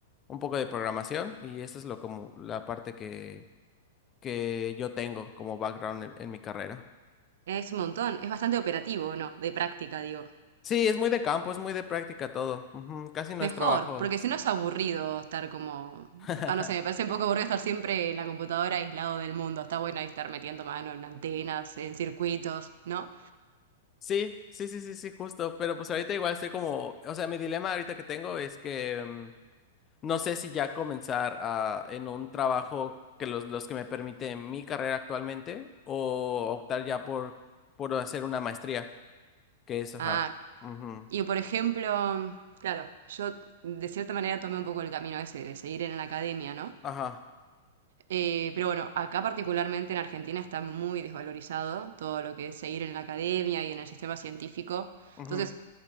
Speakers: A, on the left; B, on the right.
A: un poco de programación. Y esa es lo como la parte que, que yo tengo como background en, en mi carrera.
B: Es un montón. Es bastante operativo, ¿no? De práctica, digo.
A: Sí, es muy de campo, es muy de práctica todo. Ujú, casi no
B: Mejor,
A: es trabajo.
B: porque
A: Sí.
B: si no es aburrido estar como...
A: <laughs>
B: Ah, no sé, me parece un poco aburrido estar siempre en la computadora aislado del mundo. Está bueno ahí estar metiendo mano en antenas, en circuitos, ¿no?
A: Sí, sí, sí, sí, sí, justo. Pero pues ahorita igual estoy como. O sea, mi dilema ahorita que tengo es que. mm, No sé si ya comenzar a- en un trabajo que los, los que me permite mi carrera actualmente o optar ya por, por hacer una maestría, que es, ajá,
B: Ah,
A: ujú,
B: Y por ejemplo, claro, yo de cierta manera tomé un poco el camino ese de seguir en la academia, ¿no?
A: ajá,
B: Eh, pero bueno, acá particularmente en Argentina está muy desvalorizado todo lo que es seguir en la academia y en el sistema científico.
A: ujú,
B: Entonces,